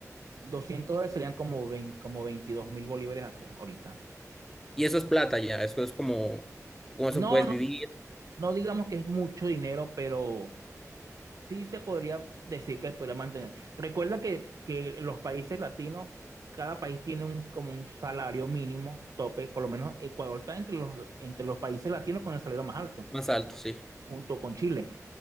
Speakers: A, on the right (about 75°); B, in the centre.
A: 200 dólares serían como, veinte como veintidós mil bolívares acá, ahorita.
B: Y eso es plata ya, eso es como, con
A: No,
B: eso puedes
A: no,
B: vivir
A: no digamos que es mucho dinero, pero sí se podría decir que podría mantener. Recuerda que, que los países latinos, cada país tiene un, como un salario mínimo, tope, por lo menos Ecuador está entre los, entre los países latinos con el salario más alto,
B: más alto,
A: co-
B: sí.
A: junto con Chile.